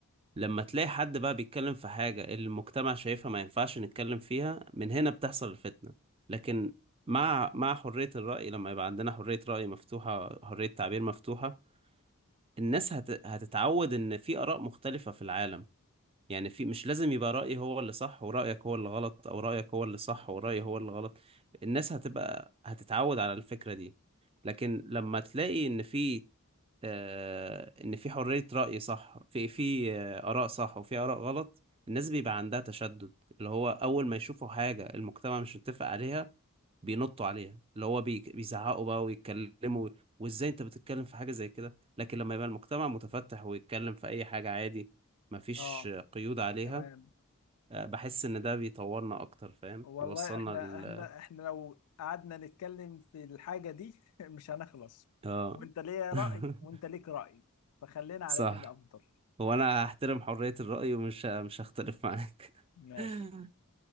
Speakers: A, on the right; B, on the left.
A: لما تلاقي حد بقى بيتكلم في حاجة اللي المجتمع شايفها ما ينفعش نتكلم فيها من هنا بتحصل الفتنة لكن مع مع حرية الرأي لما يبقى عندنا حرية رأي مفتوحة حرية تعبير مفتوحة الناس هت... هتتعود إن في آراء مختلفة في العالم يعني في مش لازم يبقى رأيي هو اللي صح ورأيك هو اللي غلط أو رأيك هو اللي صح ورأيي هو اللي غلط الناس هتبقى هتتعود على الفكرة دي لكن لما تلاقي إن في آه، ان في حرية رأي صح في في آه، آراء صح وفي آراء غلط الناس بيبقى عندها تشدد اللي هو اول ما يشوفوا حاجة المجتمع مش متفق عليها بينطوا عليها اللي هو بي- بيزعقوا بقى ويتكلموا وازاي انت بتتكلم في حاجة زي كده لكن لما يبقى المجتمع متفتح ويتكلم في اي حاجة عادي مفيش
B: اه
A: آه، قيود عليها
B: تمام
A: آه، بحس ان ده بيطورنا اكتر فاهم
B: والله
A: يوصلنا
B: احنا
A: لل
B: احنا احنا لو قعدنا نتكلم في الحاجة دي <laughs> مش هنخلص
A: اه
B: وانت ليه
A: <laughs>
B: رأي وانت ليك رأي فخلينا على
A: صح
B: كده افضل
A: وانا هحترم حرية الرأي ومش مش هختلف معاك
B: ماشي
A: <laughs>